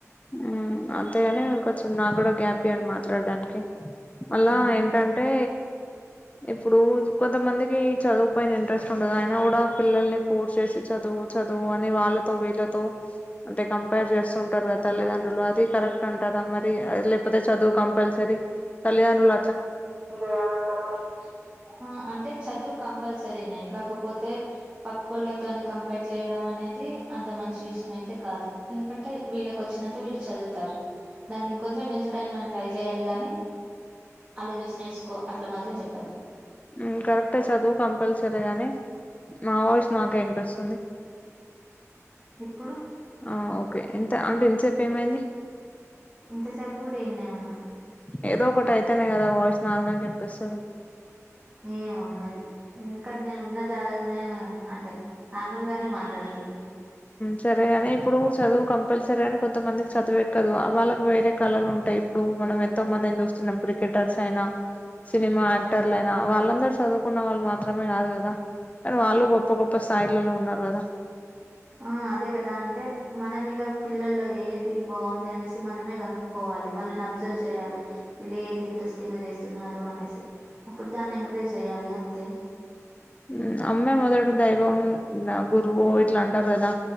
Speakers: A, on the left (about 25°); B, on the right (about 25°).
A: ఉమ్ అంతేగాని కొంచెం నాకు కూడా గ్యాప్ ఇవ్వండి మాట్లాడడానికి మళ్ళా
B: ఆ!
A: ఏంటంటే ఇప్పుడు కొంతమందికి చదువు పయిన ఇంట్రెస్ట్ ఉండదు ఆయన కూడా పిల్లల్ని ఫోర్స్ చేసి చదు చదువు చదువు అని వాళ్ళతో వీళ్ళతో అంటే కంపేర్ చేస్తుంటారు తల్లిదండ్రులు అది కరెక్ట్ అంటారా మరి అ లేకపోతే చదువు కంపల్సరీ తల్లిదండ్రుల
B: జేయాలంటరా ఆ అంటే చదువు కంపల్స సరేనే కాకపోతే పక్కుళ్లతోనే కంపేర్ చేయడం అనేది అంత మంచి విషయం అయితే కాదు ఎందుకంటే వీళ్ళకి వచ్చినంతే వీళ్ళు చదువుతారు దాన్ని ఇంకొంచెం పెంచడానికి మనం ట్రై చేయాలి గాని అల్లని చూసి నేసుకో అట్లా మాత్రం చెప్పొద్దు
A: ఉమ్ కరెక్టే ఎ చదువు కంపల్సరీ గాని నా వాయిస్ నాకే వినిపిస్తుంది
B: ఇప్పుడు
A: ఆ ఓకే ఎంత అంటే ఇంతసేపు ఏమైంది
B: ఇంతసేపు కూడా ఇన్నే ఉన్నా
A: ఏదో ఒకటి అయితేనే కదా వాయిస్ నాది నాకే వినిపిస్తది
B: ఏమో మరి ఇంకా నేను ఉన్న జాగాలనే ఉన్నా అంటే నార్మల్ గానే మాట్లాడుతున్నా
A: సరేగాని ఇప్పుడు చదువు కంపల్సరీ అని కొంత మందికి చదువు ఎక్కదు వాళ్ళకి వేరే కళలు ఉంటాయి ఇప్పుడు మనం ఎంతో మందిని చూస్తున్నాం క్రికెటర్స్ అయినా సినిమా యాక్టర్లయినా వాళ్ళందరూ చదువుకున్న వాళ్ళు మాత్రమే కాదు కదా కానీ వాళ్ళు గొప్ప గొప్ప స్థాయిలలో ఉన్నారు కదా
B: ఆ అదే కదా అంటే మనం ఇగ పిల్లల్లో ఏది బాగుంది అనేసి మనమే కనుక్కోవాలి వాళ్ళని అబ్జర్వ్ చేయాలి వీళ్ళు ఏది ఇంట్రెస్టింగ్ గా చేస్తున్నారు అనేసి అప్పుడు దాన్ని ఎంకరేజ్ చెయ్యాలి అంతే
A: ఉమ్ అమ్మే మొదటి దైవం గురువు ఇట్లా అంటారు కదా